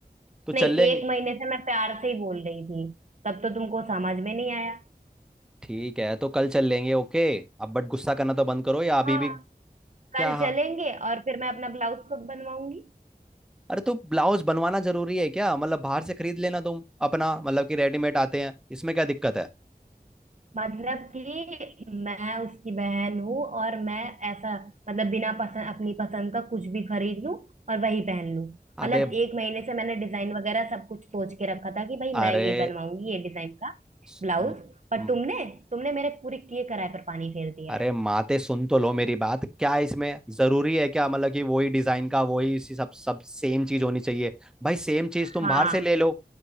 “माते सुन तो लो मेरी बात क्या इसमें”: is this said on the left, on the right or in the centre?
Centre